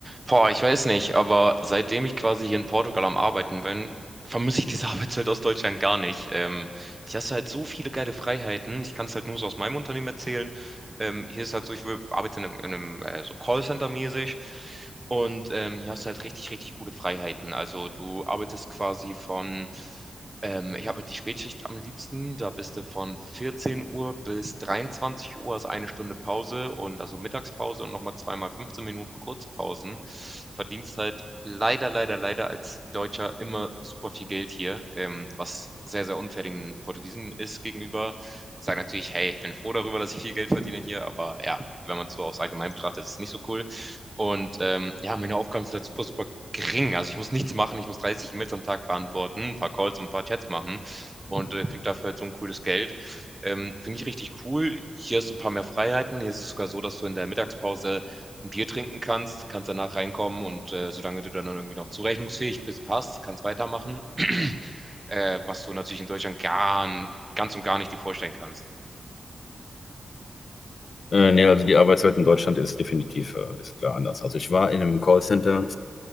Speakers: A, on the right (about 20°); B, on the left (about 55°).
A: Boah, ich weiß nicht, aber seitdem ich quasi hier in Portugal am Arbeiten bin, vermisse ich diese <laughs> Arbeitszeit aus Deutschland gar nicht. Ähm, ich hast halt so viele geile Freiheiten. Ich kann es halt nur so aus meinem Unternehmen erzählen. Ähm, hier ist halt so, ich wür- arbeite in einem, in einem äh, so Callcenter-mäßig. Und ähm, hier hast du halt richtig, richtig coole Freiheiten. Also du arbeitest quasi von ähm, ich habe die Spätschicht am liebsten. Da bist du von 14 Uhr bis 23 Uhr, hast eine Stunde Pause und also Mittagspause und nochmal zweimal 15 Minuten kurze Pausen. Verdienst halt leider, leider, leider als Deutscher immer super viel Geld hier, ähm, was sehr, sehr unfair den Portugiesen ist gegenüber. Ich sage natürlich, hey, ich bin froh darüber, dass ich viel Geld verdiene hier, aber ja, wenn man es so aufs Allgemein betrachtet, ist es nicht so cool. Und ähm, ja, meine Aufgaben sind halt super, super gering. Also ich muss nichts machen, ich muss 30 E-Mails am Tag beantworten, ein paar Calls und ein paar Chats machen und äh, kriege dafür halt so ein cooles Geld. Ähm, Finde ich richtig cool. Hier hast du ein paar mehr Freiheiten. Hier ist es sogar so, dass du in der Mittagspause ein Bier trinken kannst, kannst danach reinkommen und äh, solange du dann irgendwie noch zurechnungsfähig bist, passt, kannst weitermachen. <clears throat> <laughs> äh, was du natürlich in Deutschland gar, ganz und gar nicht dir vorstellen kannst.
B: Äh, nee, also die Arbeitswelt in Deutschland ist definitiv, äh, ist klar anders. Also ich war in einem Callcenter